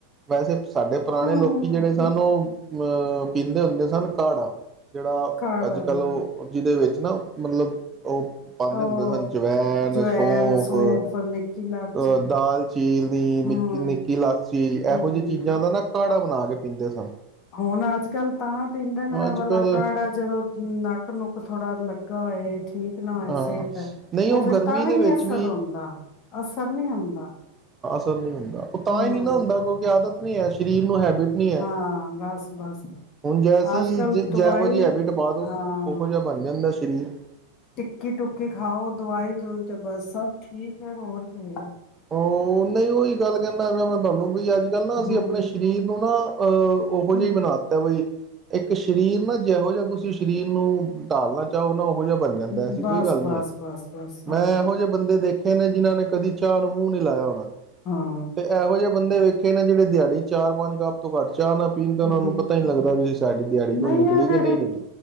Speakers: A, on the right (about 20°); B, on the left (about 35°).
A: ਵੈਸੇ ਸਾਡੇ ਪੁਰਾਣੇ
B: ਹੂੰ,
A: ਲੋਕੀ ਜਿਹੜੇ ਸਨ
B: ਹੂੰ
A: ਉਹ ਅ ਪੀਂਦੇ ਹੁੰਦੇ ਸਨ ਕਾੜਾ ਜਿਹੜਾ
B: ਖਾ ਡਾਲਨਾ
A: ਅੱਜ ਕੱਲ੍ਹ
B: ਮੈਂ
A: ਉਹ ਜਿਹਦੇ ਵਿੱਚ ਜ ਨਾ ਮਤਲਬ ਉਹ ਪਾਉਦੇ
B: ਉਹ
A: ਹੁੰਦੇ ਸਨ ਜਵੈਨ
B: ਜਵੈਨ,
A: ਸੌਫ
B: ਸੌਂਫ,
A: ਅਹ
B: ਨਿੱਕੀ ਇਲਾਚੀ
A: ਦਾਲ ਚੀਲਲੀ ਨਿੱ
B: ਹੂੰ,
A: ਨਿੱਕੀ ਲਾਚੀ
B: ਹੂੰ
A: ਇਹੋ ਜਿਹੀ ਚੀਜ਼ਾਂ ਦਾ ਨਾ ਕਾੜਾ ਬਣਾ ਕੇ ਪੀਂਦੇ ਸਨ ਹ <unintelligible>
B: ਹੁਣ ਅੱਜ ਕੱਲ ਤਾਂ ਪੀਂਦੇ ਨਾ
A: ਅੱਜ
B: ਵਾਲਾ
A: ਕੱਲ੍ਹ
B: ਕਾੜਾ ਜਦੋਂ ਨੱਕ ਨੁੱਕ ਥੋੜਾ ਲੱ ਗਾ ਹੋਏ ਠੀਕ ਨਾ ਹੋਏ
A: ਹਾਂ
B: ਸਿਹਤ
A: ਨਹੀਂ
B: ਉਹ ਫਿਰ
A: ਗਰਮੀ
B: ਤਾਂ ਵੀ
A: ਦੇ ਵਿੱਚ
B: ਨੀ ਅਸਰ
A: ਵੀ
B: ਹੁੰਦਾ ਅਸਰ ਨਹੀ ਹੁੰਦਾ
A: ਸ ਨਿਯਮ <unintelligible> ਉਹ ਤਾਂ
B: ਹੂੰ,
A: ਹੀ ਨਹੀਂ ਨਾ ਹੁੰਦਾ ਕਿਉਂਕਿ ਆਦਤ ਨਹੀਂ ਹੈ ਸਰੀਰ ਨੂੰ ਹੈਬਿਟ ਨਹੀਂ ਹੈ
B: ਹਾਂ ਬਸ-ਬਸ
A: ਹੁਣ ਜੈਸੀ
B: ਅੱਜ-ਕੱਲ
A: ਜ ਜਿੋ
B: ਦਵਾਈ
A: ਜਿਹੀ ਹੈਬਿਟ ਪਾ ਦਉ
B: ਹਾਂ
A: ਉਹੋ ਜਿਹਾ ਬਣ ਜਾਂਦਾ ਸਰੀਰ
B: ਟਿੱਕੀ ਟੁਕੀ ਖਾਓ ਦਵਾਈ ਦੁਵਾਈ ਚ ਬਸ ਸਬ ਠੀਕ ਹੈ ਹੋਰ ਕੀ
A: ਹ ਨਹੀਂ ਉਹੀ ਗੱਲ ਕਹਿੰਦਾ ਪਿਆ ਮੈਂ ਤੁਹਾਨੂੰ ਬਈ ਅੱਜ ਕੱਲ੍ਹ ਨਾ ਅਸੀਂ
B: ਹੂੰ,
A: ਆਪਣੇ ਸਰੀਰ ਨੂੰ ਨਾ ਆ ਉਹੋ
B: ਹੂੰ
A: ਜਾ ਈ ਬਣਾਤਾ ਬਈ, ਇੱਕ ਇੱਕ ਸਰੀਰ ਨਾ ਜਿਹੋ ਜਿਹਾ ਤੁਸੀਂ ਸਰੀਰ ਨੂੰ ਟਾਲਣਾ ਚਾਹੋ ਨਾ ਇਹੋ ਜਿਹਾ ਬਣ ਜਾਂਦਾ
B: ਬਸ
A: ਐਸੀ ਕੋਈ ਗੱਲ ਨਹੀਂੀ
B: ਬਸ
A: ਹੈਗੀ
B: ਬਸ ਬਸ ਹਾਂ
A: ਮੈਂ ਇਹੋ ਜਿਹੇ ਬੰਦੇ ਦੇਖੇ ਨੇ ਜਿਹਨ੍ਹਾਂ ਨੇ ਕਦੀ ਚਾ ਨੂੰ ਮੂੰਹ ਨਈ ਲਾਇਆ ਹੋਣਾ
B: ਹਾਂ
A: ਤੇ ਇਹੋ ਜਿਹੇ ਬੰਦੇ ਵ ਜਿਹੜੇ ਦਿਹਾੜੀ ਚਾਰ ਪੰਜ ਗੱ ਤੋਂ ਘੱਟ ਚਾਹ ਨਾ ਪੀਣ ਤੇ ਉਹਨਾਂ
B: ਹਮ
A: ਨੂੰ ਪਤਾ ਹੀ ਨਹੀਂ ਲੱਗਦਾ ਵੀ ਸਾਡੀ ਦਿਹਾੜੀ ਕੋਈ
B: ਨਹੀਂ
A: ਨਿਕਲੀ
B: ਆ
A: ਕਿ
B: ਜਿਹੜੀ
A: ਨਹੀਂ ਨਿਕਲੀ